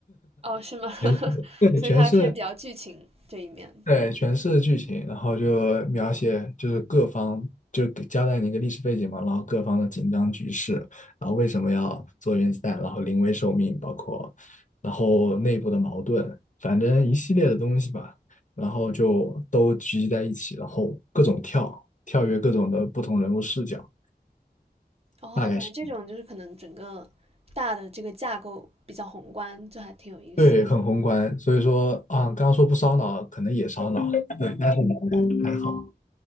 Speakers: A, on the right (about 35°); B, on the left (about 45°).
A: 哦，是吗？
B: 全对，
A: <laughs> 所以它偏比较剧情这一面。
B: 全是对全是剧情，然后就描写就是各方就给交代你一个历史背景嘛，然后各方的紧张局势，然后为什么要做原子弹，然后临危受命，包括然后内部的矛盾，反正一系列的东西吧，然后就都聚集在一起，然后各种跳跳跃各种的不同人物视角。
A: 哦，
B: 大概是。
A: 感觉这种就是可能整个大的这个架构比较宏观，就还挺有意思。
B: 对，很宏观，所以说啊，刚刚说不烧脑，可能也烧脑，对，但是还好。